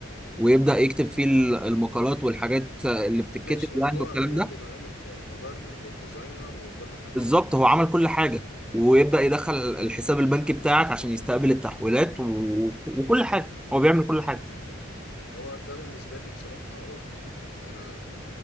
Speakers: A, in the centre; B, on the left (about 60°).
A: ويبدأ يكتب فيه المقالات والحاجات اللي بتتكتب
B: ماشي يعني
A: يعني
B: هو
A: والكلام
B: بيقوم
A: ده
B: بمقام ال- المبرمج والديزاينر وكل حاجة
A: بالظبط هو عمل كل حاجة ويبدأ يدخل الحساب البنكي بتاعك عشان يستقبل التحويلات و... وكل حاجة هو بيعمل كل حاجة
B: هو ده بالنسبة لي بصراحة اوفر يعني انا